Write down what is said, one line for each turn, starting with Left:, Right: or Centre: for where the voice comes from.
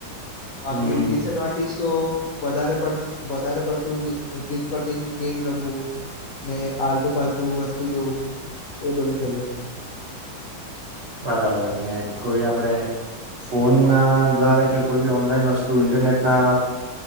Left: બાકી
Right: હમ હમ
Left: ડીસએડવાન્ટીજ તો વધારે પડતું વધારે પડતું દિન પર દિન ગેમ રમવું ને આલતુ ફાલતું વસ્તુ જોવું એ બધું થઇ જાય
Right: બરાબર ને કોઈ આપણેે ફોન ના દ્વારા કે કોઈ બી ઓનલાઈન વસ્તુ ઇન્ટરનેટ ના